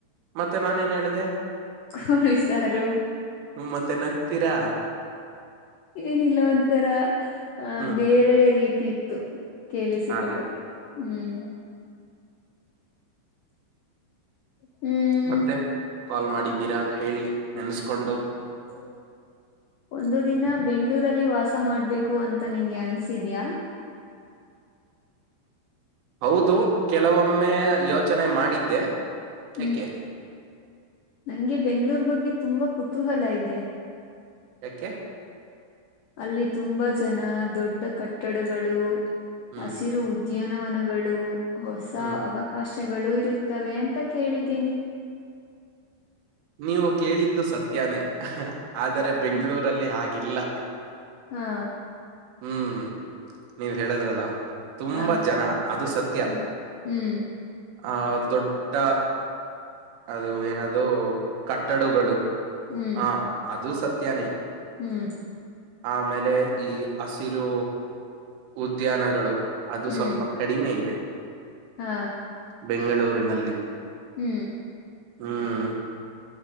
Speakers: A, on the right; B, on the left.
A: ಮತ್ತೆ ನಾನೇನ್ ಹೇಳಿದೆ
B: ಕೋಳಿಸಾರು
A: ಹ್ಮ್ ಮತ್ತೆ ನಗ್ತೀರಾ
B: ಏನಿಲ್ಲ ಒಂಥರ ಆ
A: ಹ್ಮ್
B: ಬೇರೆ ರೀತಿ ಇತ್ತು ಕೇಳಿಸಿಕೊಳ್ಳಕೆ
A: ಹಾಗೆ
B: ಹ್ಮ್ ಹ್ಮ್
A: ಮತ್ತೆ ಕಾಲ್ ಮಾಡಿದ್ದೀರಾ ಹೇಳಿ ನೆನಸ್ಕೊಂಡು
B: ಹೌ ಒಂದು ದಿನ ಬೆಂಗ್ಳೂರಲ್ಲಿ ವಾಸ ಮಾಡ್ಬೇಕು ಅಂತ ನಿಂಗೆ ಅನ್ಸಿದ್ಯಾ
A: ಹೌದು ಕೆಲವೊಮ್ಮೆ ಯೋಚನೆ ಮಾಡಿದ್ದೆ
B: ಹ್ಮ್
A: ಯಾಕೆ
B: ನಂಗೆ ಬೆಂಗ್ಗಳೂರ್ ಬಗ್ಗೆ ತುಂಬಾ ಕುತೂಹಲ ಇದೆ
A: ಯಾಕ್ಕೆೆ
B: ಅಲ್ಲಿ ತುಂಬಾ ಜನ ದೊಡ್ಡ ಕಟ್ಟಡಗಳು
A: ಹ್ಮ್
B: ಹಸಿರು ಉದ್ದ ಜೀನವನಗಳು ಹೊಸ
A: ಹ್ಮ್
B: ಅವಕಾಶಗಳು ಇರುತ್ತವೆ ಅಂತ ಕೇಳಿದೀನಿ
A: ನೀವು ಕೇಳಿದ್ದು ಸತ್ಯನೇ ಆದರೆ ಬೆಂಗಳೂರಲ್ಲಿ
B: ಹ,
A: ಹಲ್ಲ
B: ಹಾ
A: ಹ್ಮ್ ನೀವ್ ಹೇಳದ್ರಲ್ಲ ತುಂಬಾ
B: ಹಾ
A: ಜನ ಅದು ಸತ್ಯ
B: ಹ್ಮ್ ಹ್ಮ್
A: ಆಹ ದೊಡ್ಡ ಅದು ಏನದು ಕಟ್ಟಡಗಳು
B: ಹ್ಮ್
A: ಹ ಅದು ಸತ್ಯನೇ
B: ಹ್ಮ್
A: ಆಮೇಲೆ ಈ ಹಸಿರು ಉದ್ಯಾನಗಳು ಅದು
B: ಹ್ಮ್
A: ಸ್ವಲ್ಪ ಕಡಿಮೆ ಇವೆ
B: ಹಾ
A: ಬೆಂಗಳೂರಿನಲ್ಲಿ
B: ಹ್ಮ್
A: ಹ್ಮ್